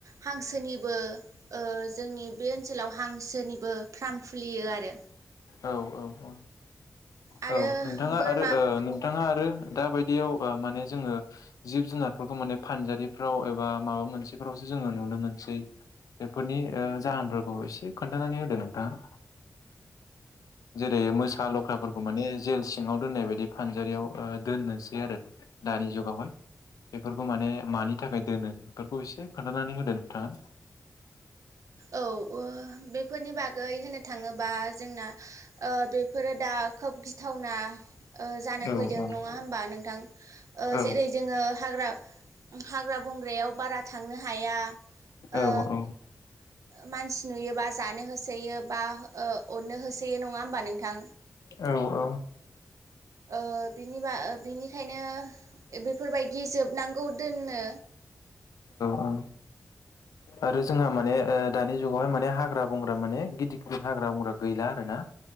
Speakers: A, on the right; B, on the left.
A: हांसोनिबो ओ जोंनि बे ओनसोलाव हांसोनिबो फ्राम खुलियो आरो
B: औ औ
A: आरो
B: नोंथाङा
A: बोरमा
B: आरो ओ नोंथाङा आरो दा बायदियाव ओ माने जोङो जिब जुनारफोरखौ माने फानजारिफ्राव एबा माबा मोनसेफोरावसो जोङो नुनो मोनसै बेफोरनि ओ जाहोनफोरखौ एसे खोन्थानानै होदो नोंथाङा। जेरै मो सा लख्राफोरखौ माने जेल सिङाव दोननाय बायदि फानजारियाव ओ दोननोसै आरो दानि जुगावहाय बेफोरखौ माने मानि थाखाय दोनो बेफोरखौ एसे खोन्थानानै होदो नोंथाङा।
A: औ ओ बेफोरनि बागै होननो थाङोबा जोंना ओ बे फोरो दा खोब गिथावना ओ जानो
B: औ
A: फैदों
B: औ
A: नङा होमबा नोंथां ओ
B: औ
A: जेरै जोङो हाग्रा हाग्रा बंग्रायाव बारा थांनो हाया ओ
B: औ
A: मानसि नुयोबा जानो होसोयो। बा ओ अरनो होसोयो नङा होमबा नोंथां
B: <inaudible> औ औ
A: ओ बिनि बा ओ बिनि खायनो बेफोरबायदि जोबनांगौ दोनो
B: औ आरो जोंहा माने ओ दानि जुगावहाय माने हाग्रा बंग्रा माने गिदिर गिदिर हाग्रा बंग्रा गैला आरो ना